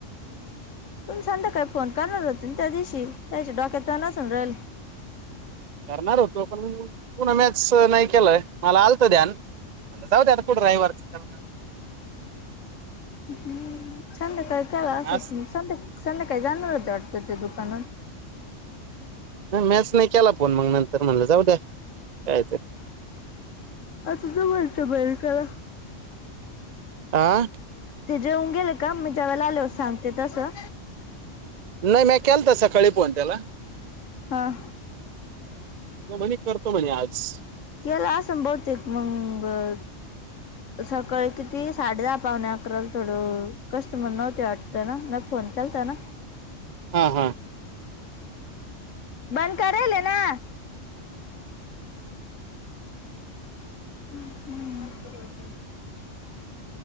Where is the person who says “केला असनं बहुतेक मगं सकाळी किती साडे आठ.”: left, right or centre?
Left